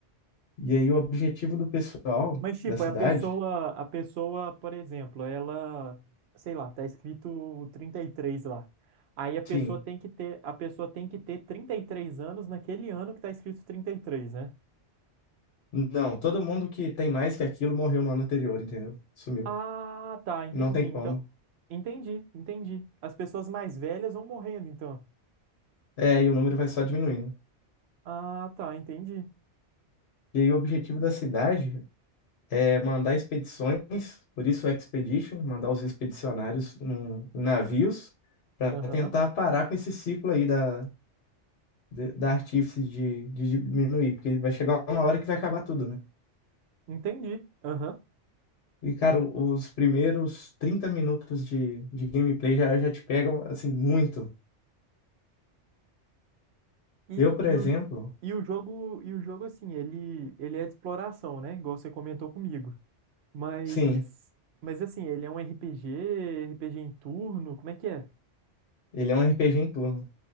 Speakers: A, on the left; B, on the right.
A: E aí o objetivo do pessoal
B: Mas, tipo,
A: da cidade,
B: é a pessoa, a pessoa, por exemplo, ela, sei lá, tá escrito 33 lá. Aí a pessoa
A: sim,
B: tem que ter, a pessoa tem que ter 33 anos naquele ano que tá escrito trinta e três né?
A: não, todo mundo que tem mais que aquilo morreu no ano anterior, entendeu? Sumiu.
B: Ah, tá, entendi.
A: Não tem
B: Então,
A: como.
B: entendi, entendi. As pessoas mais velhas vão morrendo, então.
A: É, e o número vai só diminuindo.
B: Ah, tá, entendi.
A: E aí o objetivo da cidade é mandar expedições, por isso expedition, mandar os expedicionários em em navios para
B: Aham,
A: tentar parar com esse ciclo aí da, de- da artífice de, de diminuir, porque vai chegar uma hora que vai acabar tudo, né?
B: entendi. Aham.
A: E, cara, os primeiros 30 minutos de, de gameplay já, já te pegam, assim, muito.
B: E,
A: Eu, por
B: e
A: exemplo,
B: o, e o jogo, e o jogo assim, ele, ele é de exploração, né? Igual você comentou comigo. Mas,
A: sim,
B: mas assim, ele é um RPG, RPG em turno, como é que é?
A: ele é um RPG em turno.